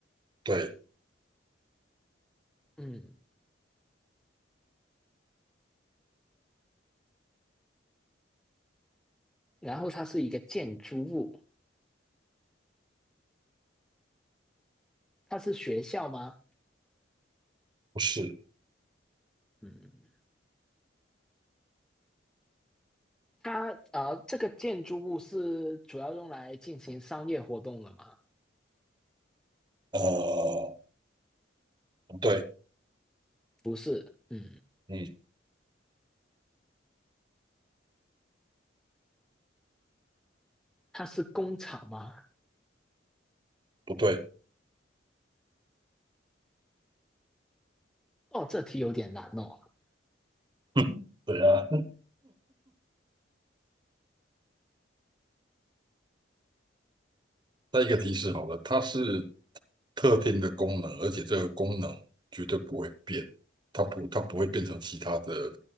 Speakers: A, on the right; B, in the centre.
A: 对，
B: 嗯，然后它是一个建筑物，它是学校吗？
A: 不是，
B: 嗯，它呃，这个建筑物是主要用来进行商业活动的吗？
A: 呃，不对，
B: 不是，嗯，
A: 嗯，
B: 它是工厂吗？
A: 不对，
B: 哦，这题有点难哦。
A: <laughs> 对啊。再一个提示好了，它是特定的功能，而且这个功能绝对不会变，它不，它不会变成其他的，